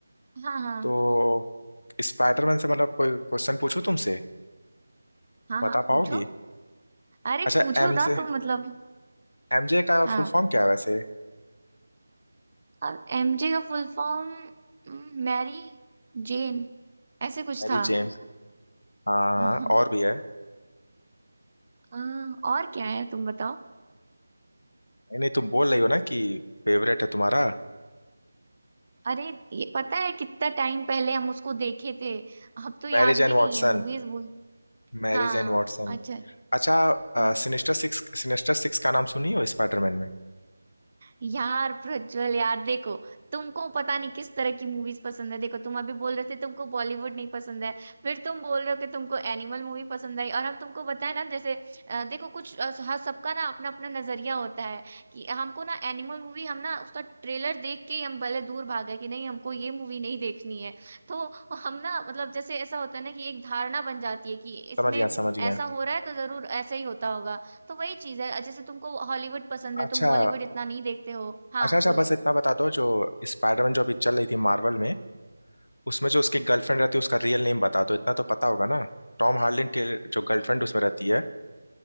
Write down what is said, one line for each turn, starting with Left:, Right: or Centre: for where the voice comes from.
Right: हाँ हाँ
Left: तो स्पाइडरमैन से मतलब कोई क्वेश्चन पूछूं तुमसे
Right: हाँ
Left: बता
Right: हाँ पूछो
Left: पाओगी
Right: अरे
Left: अच्छा
Right: पूछो
Left: एमजे
Right: ना तुम मतलब
Left: एमजे का
Right: हाँ
Left: फुल फॉर्म क्या है वैसे
Right: अब एमजे का फुल फॉर्म मैरी जेन ऐसे कुछ
Left: मैरी
Right: था
Left: जेन हाँ हाँ,
Right: हाँ,
Left: हाँ, और भी है
Right: हाँ, और क्या है तुम बताओ
Left: नहीं नहीं तुम बोल रही हो ना कि फेवरेट है तुम्हारा
Right: अरे ये पता है कितना टाइम पहले हम उसको देखे थे अब तो याद
Left: Marriage and
Right: भी
Left: Watson
Right: नहीं है मूवीज
Left: marriage
Right: हाँ
Left: and Watson
Right: अच्छा
Left: अच्छा
Right: हम्म
Left: सिनेस्टर सिक्स सिनेस्टर सिक्स का नाम सुनी हो स्पाइडरमैन में
Right: यार प्रज्वल यार देखो तुमको पता नहीं किस तरह की मूवीज पसंद है देखो तुम अभी बोल रहे थे तुमको बॉलीवुड नहीं पसंद है फिर तुम बोल रहे हो कि तुमको एनिमल मूवी पसंद आई और हम तुमको बताए ना जैसे अ, देखो कुछ अ, हर सबका ना अपना अपना नजरिया होता है कि हमको ना एनिमल मूवी हम ना उसका ट्रेलर देख के ही हम भले दूर भाग गए कि नहीं हमको ये मूवी नहीं देखनी है तो हम ना मतलब जैसे ऐसा होता है ना कि एक धारणा बन जाती है कि इसमें
Left: समझ गया समझ गया
Right: ऐसा हो रहा है तो जरूर ऐसा ही होता होगा तो वही चीज है जैसे तुमको हॉलीवुड पसंद है
Left: अच्छा
Right: तुम बॉलीवुड इतना नहीं देखते हो हाँ
Left: अच्छा अच्छा
Right: बोलो
Left: बस इतना बता दो जो स्पाइडरमैन जो अभी चल रही थी मार्वल में उसमें जो उसकी गर्लफ्रेंड रहती है उसका रियल नेम बता दो इतना तो पता होगा ना टॉम हार्लिन के जो गर्लफ्रेंड उसमें रहती है